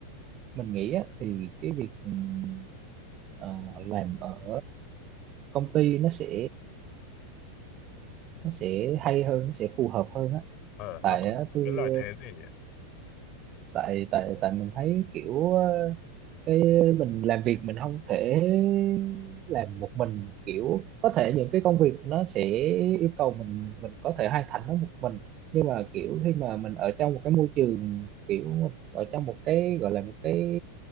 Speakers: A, on the right (about 35°); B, on the left (about 40°).
A: mình nghĩ á, thì cái việc ừm, ờ, làm ở công ty nó sẽ nó sẽ hay hơn nó sẽ phù hợp hơn á
B: ờ
A: tại
B: nó có
A: á, tôi
B: cái lợi thế gì nhỉ
A: tại tại tại mình thấy kiểu ờ, cái mình làm việc mình không thể làm một mình kiểu có thể những cái công việc nó sẽ yêu cầu mình mình có thể hoàn thành nó một mình nhưng mà kiểu khi mà mình ở trong một cái môi trường kiểu mình ở trong một cái gọi là một cái